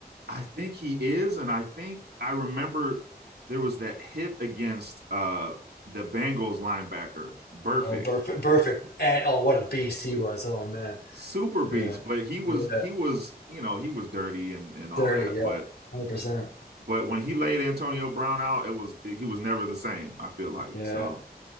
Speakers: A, on the right; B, on the left.
A: I think he is, and I think I remember there was that hit against uh the Bengals linebacker, perfect,
B: Oh, perfect, perfect, and oh, what a beast he was. Oh man,
A: super beast.
B: yeah,
A: But he was
B: yeah,
A: he was you know he was dirty and and all
B: dirty,
A: that,
B: yeah,
A: but
B: hundred percent,
A: But when he laid Antonio Brown out, it was he was never the same. I feel like
B: yeah.
A: so.